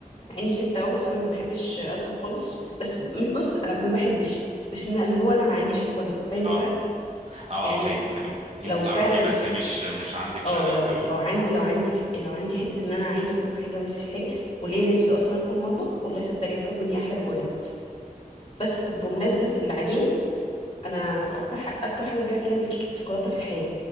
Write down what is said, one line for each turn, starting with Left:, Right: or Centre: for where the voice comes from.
Left: مع إني ست أهو بس أنا ما بحبش أطبخ خالص بس مش بص أنا ما بحبش مش إن اللي هو أنا ما عنديش القدرة فاهم الفرق
Right: اه اه
Left: يعني
Right: اه فاهم فاهم انت
Left: لو
Right: بتعرفي
Left: فعلا
Right: بس مش مش عندك
Left: اه
Right: شغف
Left: لو
Right: قوي
Left: لو عندي لو عندي الح- لو عندي حته ان انا عايزه اطبخ حاجه ونفسي في حاجه وليا نفسي اصلا ادخل المطبخ والله صدقني تاخد مني احلى برودكت بس بمناسبه العجينه انا
Right: اه
Left: اكتر ح- اكتر حد بيعرف يعمل كيكه شوكولاته في الحياه